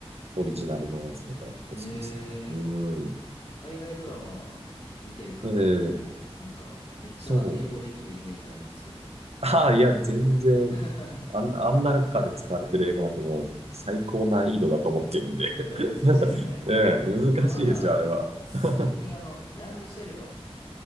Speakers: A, on the right (about 75°); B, on the left (about 50°).
A: オリジナルのやつとかは結構好きですね。
B: えー、
A: うん。
B: 海外ドラマ見てる方結構、
A: うんええ、
B: なんか、めっちゃ英語できるイメージあるんですけど。
A: そう。<laughs> ああ、いや、全然、
B: <laughs>
A: あん、あんな中で使われてる英語なんてもう最高難易度だと思ってるんで
B: いや、難しいですよね。
A: <laughs> ええ、難しいですよ、
B: 僕もなんか、
A: あれは。
B: 最近あの、
A: <laughs>
B: ヤング・シェルドンっ